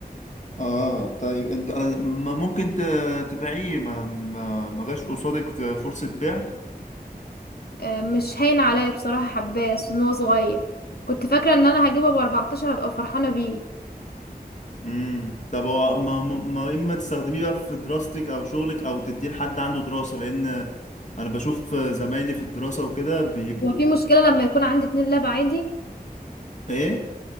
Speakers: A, on the left; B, on the left.
A: آه طيب أنت آه، ما ممكن ت- تبيعيه ما ما ما جاش قصادك فرصة بيع
B: آه، مش هين عليا بصراحه حباه أصل ان هو صغير كنت فاكره ان انا هجيبه ب 14 ابقى فرحانه بيه
A: امم طب هو ما, ما ما اما تستخدميه بقى في دراستك او شغلك او تديه لحد عنده دراسة لان انا بشوف زمايلي في الدراسة وكده بيبقوا
B: وفي مشكلة لما يكون عندي اتنين لاب عادي
A: ايه